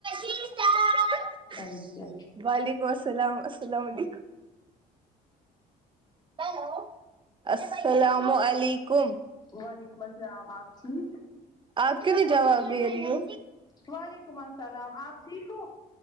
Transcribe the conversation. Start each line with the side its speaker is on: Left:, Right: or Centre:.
Right: <inaudible>
Left: اور کیا
Right: وعلیکم السلام السلاوعلیکم ہیلو السلام علیکم
Left: وعلیکم السلام آپ ٹھیک
Right: آپ کیو ضں نہیں جواب دے رہی ہو
Left: وعلیکم السلام آپ ٹھیک ہو